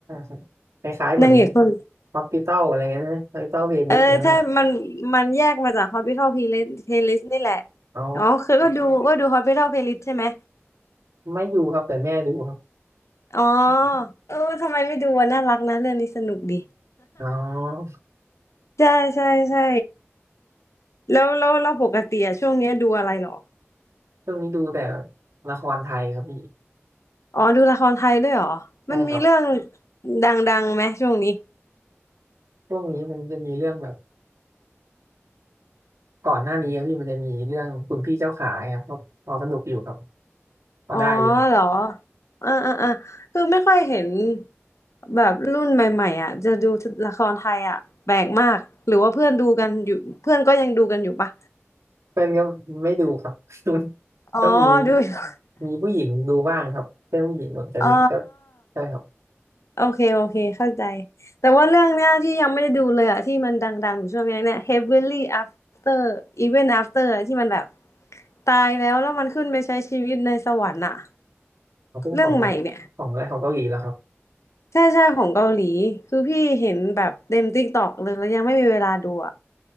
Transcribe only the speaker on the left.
นางเอกคน
เออใช่มันมันแยกมาจาก
Hospital Playlist นี่แหละ
อ๋อเคยก็ดูก็ดู Hospital Playlist ใช่ไหม
อ๋อเออทำไมไม่ดูอะน่ารักนะเรื่องนี้สนุกดี
<laughs> ใช่ใช่ใช่ แล้วแล้วเราปกติอะช่วงเนี้ยดูอะไรเหรอ
อ๋อดูละครไทยด้วยเหรอมันมีเรื่อง
ดังๆไหมช่วงนี้
อ๋อเหรออ่าอ่าอ่าคือไม่ค่อยเห็นแบบรุ่นใหม่ๆอ่ะจะดูละครไทยอ่ะแปลกมากหรือว่าเพื่อนดูกันอยู่เพื่อนก็ยังดูกันอยู่ปะ
อ๋อดูอยู่
<laughs> อ๋อ
โอเคโอเคเข้าใจแต่ว่าเรื่องเนี้ยที่ยังไม่ได้ดูเลยอะที่มันดังๆอยู่ช่วงเนี้ยเนี่ย Heavenly After Even After อะที่มันแบบตายแล้วแล้วมันขึ้นไปใช้ชีวิตในสวรรค์อะ
เรื่องใหม่เนี่ย
ใช่ใช่ของเกาหลีคือพี่เห็นแบบเต็มติ๊กตอกเลยแล้วยังไม่มีเวลาดูอ่ะ